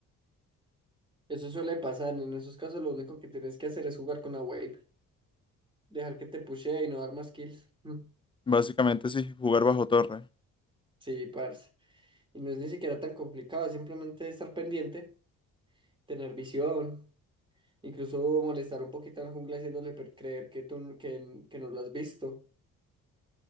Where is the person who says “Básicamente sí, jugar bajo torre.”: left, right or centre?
Left